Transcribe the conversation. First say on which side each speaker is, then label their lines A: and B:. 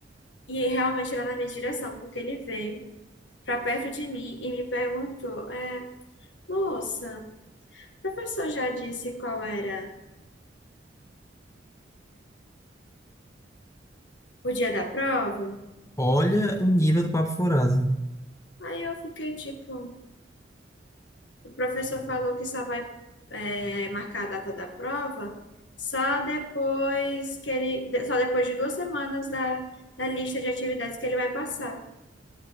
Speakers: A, on the left; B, on the left.
A: E realmente era na minha direção, porque ele veio pra perto de mim e me perguntou, é, moça, o professor já disse qual era o dia da prova.
B: Olha o nível do papo furado.
A: Aí eu fiquei tipo, o professor falou que só vai é, marcar a data da prova só depois que ele, de- só depois de duas semanas da, da lista de atividades que ele vai passar.